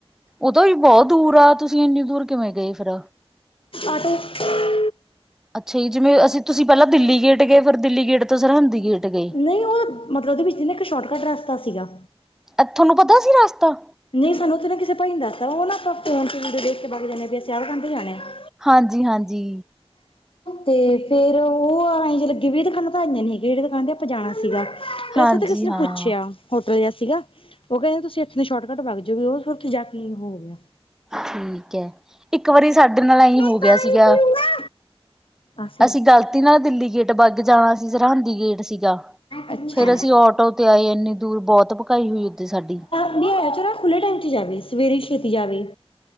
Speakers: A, in the centre; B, on the left.
A: ਉਦੋਂ ਵੀ ਬਹੁਤ ਦੂਰ ਆ ਤੁਸੀਂ ਇੰਨੀ ਦੂਰ ਕਿਵੇਂ ਗਏ ਫੇਰ।
B: ਆਟੋ <inaudible>
A: ਅੱਛਾ ਜੀ ਜਿਵੇਂ ਅਸੀਂ ਤੁਸੀਂ ਪਹਿਲਾਂ ਦਿੱਲੀ ਗੇਟ ਗਏ ਫਿਰ ਦਿੱਲੀ ਗੇਟ ਤੋਂ ਸਰਹਿੰਦੀ ਗੇਟ ਗਏ।
B: ਨਹੀਂ ਉਹ ਮਤਲਬ ਉਹਦੇ ਵਿੱਚ ਜਿੰਨਾ ਇੱਕ ਸ਼ੋਰਟਕੱਟ ਰਸਤਾ ਸੀਗਾ।
A: ਏਥੇ ਨੂੰ ਪਤਾ ਸੀ ਰਾਸਤਾ।
B: ਨਹੀਂ ਸਾਨੂੰ ਉਥੇ ਨਾ ਕਿਸੇ ਭਾਈ ਨੇ ਦੱਸਦਾ ਉਹਨਾ ਕੋ ਫੋਨ ਚ ਵੀਡੀਓ ਦੇਖ ਕੇ ਪਾ ਜਾਂਦੇ ਹ ਵੀ ਸਿਆਲ ਖਦੇ ਜਾਣੇ <inaudible>
A: ਹਾਂਜੀ-ਹਾਂਜੀ।
B: ਤੇ ਫੇਰ ਉਹ ਆਏ ਜੇ ਲੱਗੀ ਵੀ ਦੁਕਾਨਾਂ ਤਾਂ ਆਈਆਂ ਨੀ ਹੈ <unintelligible> ਜਿਹੜੇ ਦੁਕਾਨ ਤੇ ਆਪਾਂ ਜਾਣਾ ਸੀਗਾ
A: ਹਾਂਜੀ
B: ਰਸਤੇ ਤੇ ਕਿਸੇ
A: ਹਾਂਜੀ
B: ਨੇ
A: ਹਾਂ।
B: ਪੁੱਛਿਆ ਹੋਟਲ ਜਿਹਾ ਸੀਗਾ ਉਹ ਕਹਿੰਦੇ ਤੁਸੀਂ ਇੱਥੇ ਸ਼ੋਰਟਕੱਟ ਬਾਗ ਜੋਗੇ ਉਹ ਫਿਰ ਉੱਥੇ ਜਾ ਕੇ ਹੋ ਗਿਆ।
A: ਠੀਕ ਹੈ। ਇੱਕ ਵਾਰੀ ਸਾਡੇ ਨਾਲ ਈਂਹੀ
B: ਮੈਂ
A: ਹੋ ਗਿਆ
B: ਪਾਣੀ
A: ਸੀਗਾ।
B: ਪੀਊਂਗਾ ਆ ਸੀਗਾ।
A: ਅਸੀਂ ਗ਼ਲਤੀ ਨਾਲ ਦਿੱਲੀ ਗੇਟ ਵੱਗ ਜਾਣਾ ਸੀ ਸਰਹੰਦੀ ਗੇਟ ਸੀਗਾ।
B: ਅੱਛਾ।
A: ਫੇਰ ਅਸੀਂ ਆਟੋ ਤੇ ਆਏ ਇੰਨੀ ਦੂਰ ਬਹੁਤ ਪਕਾਈ ਹੋਈ ਉੱਥੇ ਸਾਡੀ।
B: <unintelligible> ਚ ਖੁੱਲੇ ਟਾਈਮ ਚ ਜਾਵੇ ਸਵੇਰੇ ਛੇਤੀ ਜਾਵੇ।